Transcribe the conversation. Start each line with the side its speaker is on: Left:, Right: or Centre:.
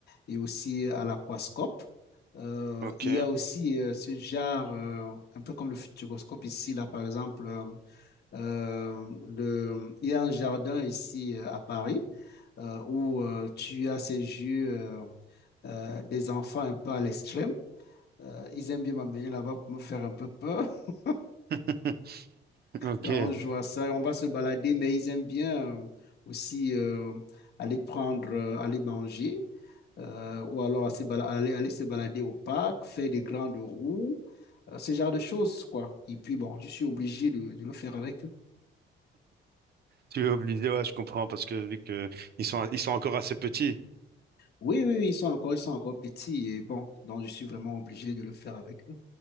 Left: et aussi à l'aquascope. Euh,
Right: ok,
Left: il y a aussi euh, ce genre, euh, un peu comme le futuroscope ici, là, par exemple, euh, euh, le- il y a un jardin ici euh, à Paris euh, où euh, tu as ces jeux euh, euh, des enfants un peu à l'extrême. Euh, ils aiment bien m'amener là-bas pour me faire un peu peur. <laughs>
Right: <laughs> ok.
Left: Donc, on joue à ça, on va se balader, mais ils aiment bien euh, aussi euh, aller prendre, euh, aller manger, euh, ou alors à se bala- aller, aller se balader au parc, faire des grandes roues, euh, ce genre de choses, quoi. Et puis, bon, je suis obligé de de le faire avec eux.
Right: Tu es obligé, ouais, je comprends, parce que vu que ils sont, ils sont encore assez petits,
Left: Oui, oui, oui, ils sont encore, ils sont encore petits et bon, donc je suis vraiment obligé de le faire avec eux.